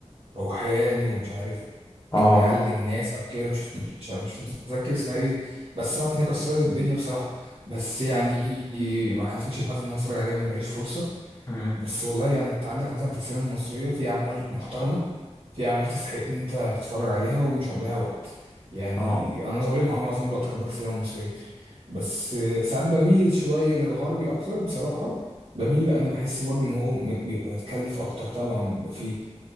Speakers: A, on the right (about 60°); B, on the left (about 25°).
A: روحاني ومش عارف
B: اه
A: كان بيعالج الناس او كده مش مش مش متذكر اسمها ايه بس هو كانت كسرت الدنيا بصراحه بس يعني ما حلفنيش الحظ ان انا اتفرج عليها ما جاليش فرصه
B: مم.
A: بس والله يعني انت عندك مثلا في السينما المصريه في اعمال محترمه في اعمال تستحق إن انت تتفرج عليها ومش هتضيع وقت يعني
B: اه
A: انا ظالمها معظم الوقت خد بالك السينما المصريه بس ساعات بميل شوية للغربي أكتر بصراحة بميل لأن بحس برضه إن هو م- بيبقى متكلف أكتر طبعا بيبقى فيه